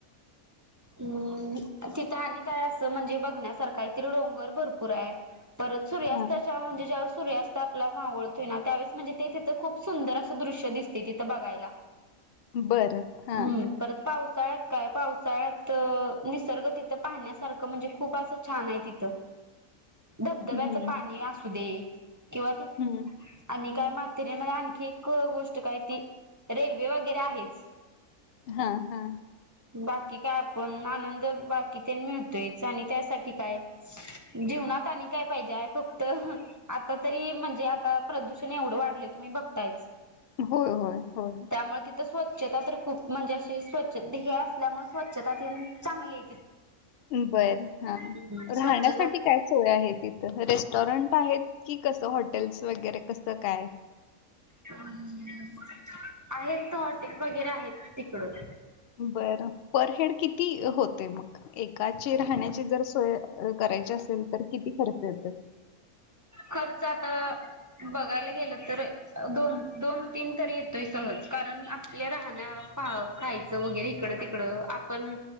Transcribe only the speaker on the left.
हा
बरं हा.
हम्म
हम्म.
हा हा.
होय होय होय.
बर हा
राहण्यासाठी
काय सोय आहे तिथं रेस्टॉरंट आहेत की कसं हॉटेल्स वगैरे कसं काय?
बरं पर हेड किती होते मग. एकाचे राहण्याची जर सोय करायची असेल तर किती खर्च येतो.